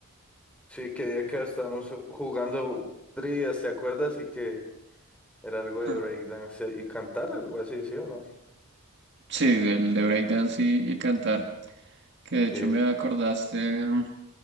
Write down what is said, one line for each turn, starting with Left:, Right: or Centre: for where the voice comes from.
Centre: sí, que día que estábamos jugando trivias, ¿te acuerdas? Y que era algo de
Right: <laughs>
Centre: breakdance y cantar, algo así, ¿sí o no?
Right: Sí, del de breakdance y, y cantar. Que de hecho
Centre: Sí.
Right: me acordaste, mm,